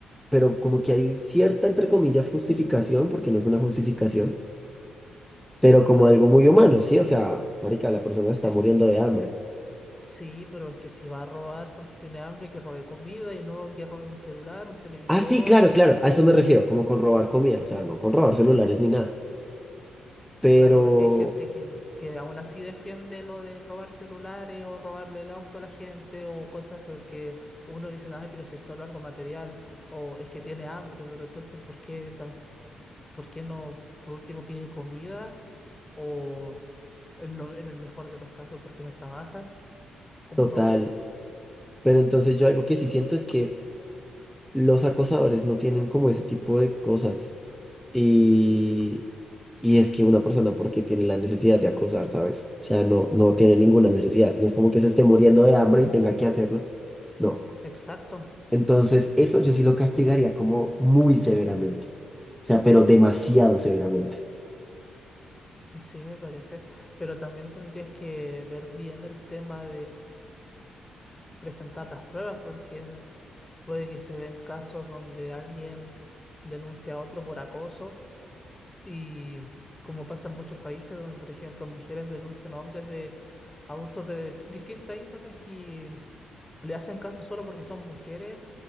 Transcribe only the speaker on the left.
Es,
sí, pero es que si va a robar porque tiene hambre, que robe comida y no que robe un celular, un televisor
o
Claro, porque hay gente que, que aún así defiende lo de robar celulares o robarle el auto a la gente o cosas porque uno dice, ay, pero si es solo algo material o es que tiene hambre, pero entonces, ¿por qué, tan- por qué no, por último, pide comida? O en, lo- en el mejor de los casos, ¿por qué no trabaja? Como
todos.
Mm.
Exacto,
sí, me parece. Pero también tendrías que ver bien el tema presentar las pruebas porque puede que se ven casos donde alguien denuncia a otro por acoso y como pasa en muchos países donde, por ejemplo, mujeres denuncian a hombres de abusos de distintas índoles y le hacen caso solo porque son mujeres